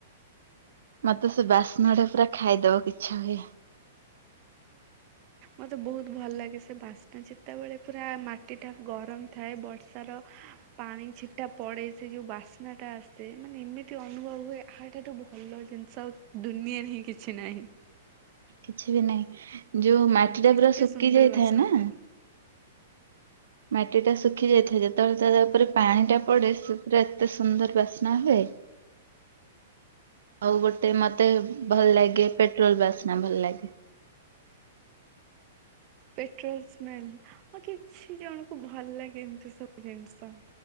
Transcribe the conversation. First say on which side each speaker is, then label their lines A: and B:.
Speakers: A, on the right; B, on the right.
A: ମତେ ସେ ବାସ୍ନା ଟା ପୁରା ଖାଇଦବାକୁ ଇଚ୍ଛା ହୁଏ।
B: ମତେ ବହୁତ ଭଲ ଲାଗେ ସେ ବାସ୍ନା ଯେତେବେଳେ ପୁରା ମାଟି ଟା ଗରମ। ଥାଏ ବର୍ଷାର ପାଣି ଛିଟା ପଡେ ସେ ଯୋଉ ବାସ୍ନାଟା ଆସେ ମାନେ ଏମିତି ଅନୁଭବ ହୁଏ ୟା ଠାରୁ ଭଲ ଜିନିଷ ଆଉ ଦୁନିଆରେ ହିଁ କିଛି ନାହିଁ।
A: କିଛି ବି ନାହିଁ ଯୋଉ ମାଟିଟା
B: ମାନେ
A: ପୁରା
B: ଏତେ
A: ଶୁକି
B: ସୁନ୍ଦର
A: ଯାଇଥାଏ
B: ବାସ୍ନା
A: ନା।
B: ତାର
A: ମାଟି ଟା ଶୁଖି ଯାଇଥାଏ ଯେତେବେଳେ ତ୍ ତା ଉପରେ ପାଣି ଟା ପଡେ ସେ ପୁରା ଏତେ ସୁନ୍ଦର ବାସ୍ନା ହୁଏ। ଆଉ ଗୋଟେ ମତେ ଭଲ ଲାଗେ ପେଟ୍ରୋଲ ବାସ୍ନା ଭଲ ଲାଗେ।
B: Petrol smell! ହଁ କିଛି ଜଣକୁ ଭଲ ଲାଗେ ଏମିତି ସବୁ ଜିନିଷ।